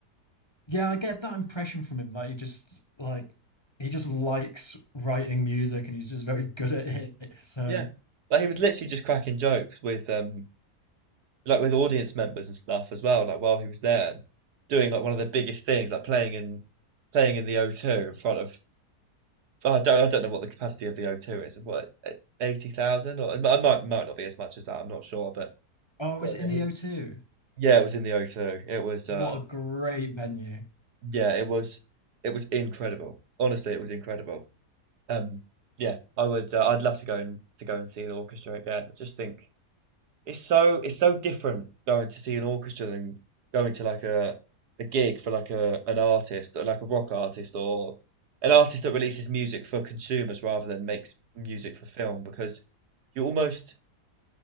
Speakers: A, on the left (about 20°); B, on the right (about 70°).
A: Yeah, I get that impression from him that he just like he just likes writing music and he's just very good at it. <laughs> So,
B: Yeah. Like he was literally just cracking jokes with um like with audience members and stuff as well, like while he was there and doing like one of the biggest things, like playing in playing in the O two in front of oh, I don't I don't know what the capacity of the O two is. What, 80,000 or it might might might not be as much as that, I'm not sure, but
A: oh,
B: God,
A: is it
B: yeah,
A: in the
B: he
A: O two?
B: yeah, it was in the O two. It was
A: What
B: uh
A: a great venue.
B: yeah, it was it was incredible. Honestly, it was incredible. Um yeah, I would uh, I'd love to go and to go and see an orchestra again. I just think It's so it's so different going to see an orchestra than going to like a a gig for like a an artist, or like a rock artist or an artist that releases music for consumers rather than makes music for film because you almost